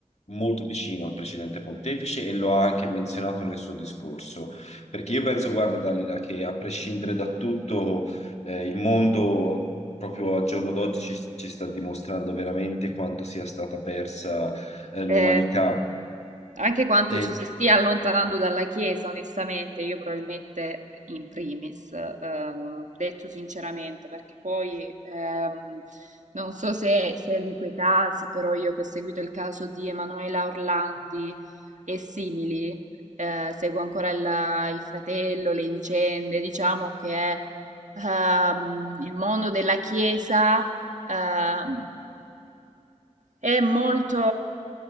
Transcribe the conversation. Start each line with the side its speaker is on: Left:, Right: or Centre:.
Left: molto vicino al precedente pontefice e lo ha anche menzionato nel suo discorso. Perché io penso, guarda, Dalila, che a prescindere da tutto, eh, il mondo proprio al giorno d'oggi ci, ci sta dimostrando veramente quanto sia stata persa, eh, l'umanità.
Right: Eh, anche quanto ci
Left: E-
Right: si stia allontanando dalla Chiesa, onestamente, io probabilmente in primis, eh, detto sinceramente, perché poi ehm, non so se segui quei casi, però io che ho seguito il caso di Emanuela Orlandi e simili, eh, seguo ancora il, il fratello, le vicende, diciamo che ehm, il mondo della Chiesa ehm, è molto,